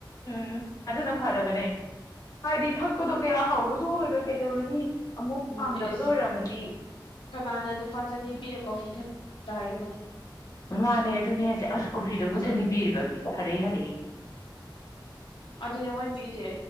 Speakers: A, on the left; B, on the left.
A: ꯎꯝ ꯑꯗꯨꯅ ꯐꯔꯕꯅꯦ ꯍꯥꯏꯗꯤ ꯊꯛꯄꯗꯣ ꯀꯌꯥ ꯍꯥꯎꯕꯁꯨ ꯑꯣꯏꯔꯣꯏ ꯀꯩꯗꯧꯔꯨꯅꯤ ꯑꯃꯨꯛ
B: ꯃꯥꯅꯦ
A: ꯄꯥꯝꯗꯕꯗꯣ
B: ꯏꯁ
A: ꯑꯣꯏꯔꯝꯃꯗꯤ
B: ꯀꯅꯥꯅ ꯅꯨꯄꯥ ꯆꯅꯤ ꯄꯤꯔꯛꯀꯣ ꯐꯤ ꯊ ꯑꯝꯇ ꯍꯥꯏꯔꯛꯣꯅꯦ
A: ꯃꯃꯥꯅꯦ ꯑꯗꯨꯅꯦ ꯍꯥꯏꯁꯦ ꯑꯁ ꯀꯣꯐꯤꯗꯕꯨꯠꯇꯅꯤ
B: ꯄꯣꯠ ꯅꯠꯇꯦ
A: ꯄꯤꯔꯤꯕ ꯐꯔꯦ ꯐꯔꯦ
B: ꯑꯗꯨꯅꯦ ꯃꯣꯏ ꯄꯤꯁꯦ